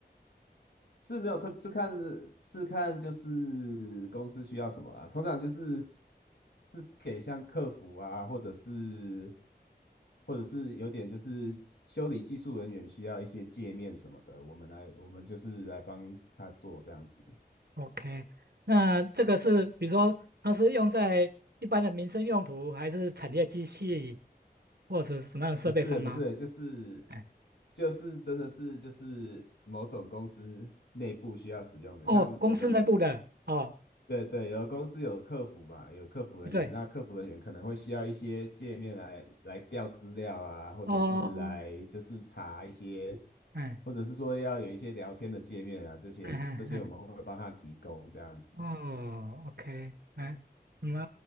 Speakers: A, on the left; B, on the right.
A: 是没有特是看是看就是公司需要什么啊，通常就是是给像客服啊，或者是或者是有点就是修理技术人员需要一些界面什么的，我们来我们就是来帮他做这样子，
B: ？OK，那这个是比如说它是用在一般的民生用途，还是产业机器，或者是什么样的设备上吗？
A: 不是不是就是
B: 哎，
A: 就是真的是就是某种公司内部需要使用的，
B: 哦，
A: 像有的
B: 公司内部的。哦，
A: 对对，有的公司有客服吧，有客服人员，
B: 对，
A: 那客服人员可能会需要一些界面来来调资料啊，或者是来就是查一些，
B: 哦，嗯
A: 或者是说要有一些聊天的界面啊，这些这些我们会帮他提供这样子，
B: 嗯嗯嗯。哦，OK，哎，你们